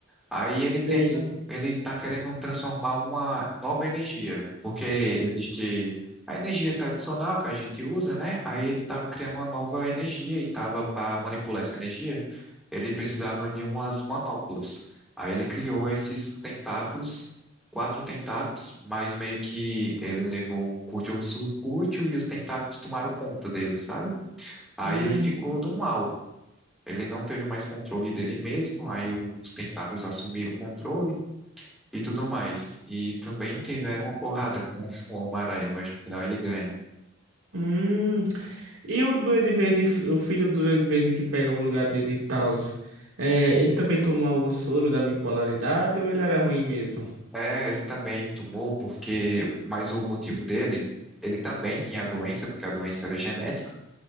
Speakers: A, in the centre; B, on the right.
A: Aí ele tem
B: sei.
A: um, ele está querendo transformar uma nova energia, porque existe a energia tradicional que a gente usa, né? Aí ele estava criando uma nova energia e estava para manipular essa energia, ele precisava de umas manoplas. Aí ele criou esses tentáculos, quatro tentáculos, mas meio que ele levou um curto-circuito e os tentáculos tomaram conta dele, sabe? Aí
B: Hum,
A: ele ficou do mal. Ele não teve mais controle dele mesmo, aí os tentáculos assumiram o controle e tudo mais. E também tiveram uma porrada com <laughs> o Homem-Aranha, mas no final ele ganha.
B: hum. E o Duende Verde, o filho do Duende Verde que pega o lugar dele e tal, é, ele também tomou o soro da bipolaridade ou ele era ruim mesmo?
A: É, ele também tomou porque, mas o motivo dele, ele também tinha a doença, porque a doença era genética,